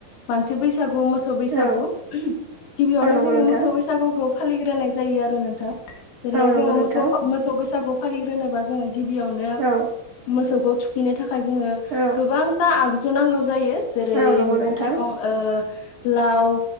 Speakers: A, on the left; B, on the right.
A: मानसि बैसागु मोसौ बैसागु
B: औ
A: गिबियावनो
B: औ नंगौ
A: जोङो
B: नोंथां
A: मोस सौ बैसागुखौ फालिग्रोनाय जायो आरो नोंथां जेरैहाय
B: औ नंगौ
A: जोङो
B: नोंथां
A: मोसौ मोसौ बैसागु फालिग्रोनोबा जोङो गिबियावनो
B: औ
A: मोसौखौ थुखैनो था खाय जोङो
B: औ
A: गोबांथा आगजु नांगौ जायो जेरै
B: औ नंगौ
A: मैगं
B: नोंथां
A: थाइगं ओ लाव